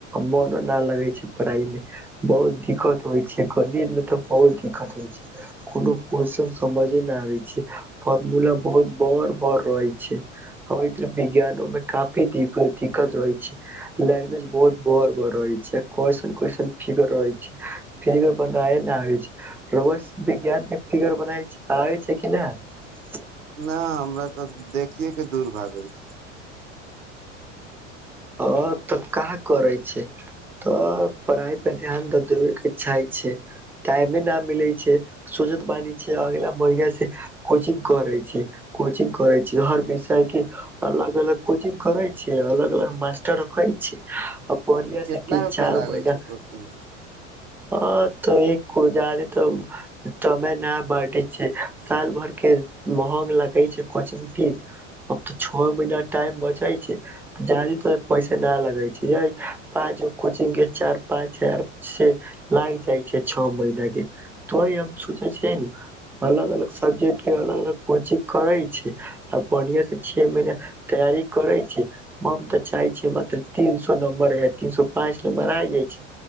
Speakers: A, in the centre; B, on the right.
A: मोनो न लगे छै पढ़ाई मे बहुत दिक्कत होइ छै गणित मे तऽ बहुत दिक्कत होइत छैक कोनो केश्चन समझे नहि आबैत छैक फॉर्मूला बहुत बर बर रहैत छैक विज्ञानो मे काफी दिक्कत रहै छै लैंग्वेज बहुत बर बर रहै छै क्वन क्वन फिगर रहै छै फिगर बनाय नहि आबै छै रहुआ विज्ञान केँ फिगर बनाबे आबैत छै कि नहि
B: नहि हमरा तऽ देखिएकेऽ दूर भए जाै छै
A: आ तऽ काँ करे छै तऽ पढ़ाई पर ध्यान तऽ देबे केँ इच्छा छै टाइमे न मिले छै सोचत बानी छै अगला महिना से कोचिंग करे छै कोचिंग करे छी हर विषय केँ अलग अलग कोचिंग करे छै अलग अलग मास्टर रोकै छै आ बढ़िआ से
B: कितना
A: तीन
B: रुपआ
A: चार
B: लागे
A: महिना
B: छै कोचिंग के
A: हँ तऽ एक हजार तब तब नहि बटैत छै साल भर केँ महग लगै छै कोचिंग फीस अब तऽ छओ महीना टाइम बचै छै त ज पैसे न लगे छै य पाँच गो कोचिंग के चार पाच यार से लाग जाइ छै छओ महीना के तो हम सोचे छ अलग अलग सब्जेक्ट के अलग अलग कोचिंग करे छी आ बढ़िया से छह महीना तैयारी करे छी चाहे छियै मात्र तीन सो नम्बर य तीन सो पाँच नंबर आ जाइ छै